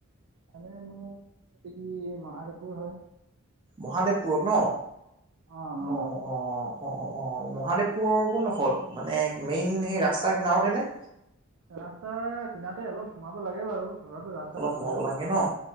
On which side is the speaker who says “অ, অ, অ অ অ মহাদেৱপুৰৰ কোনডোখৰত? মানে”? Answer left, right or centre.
Right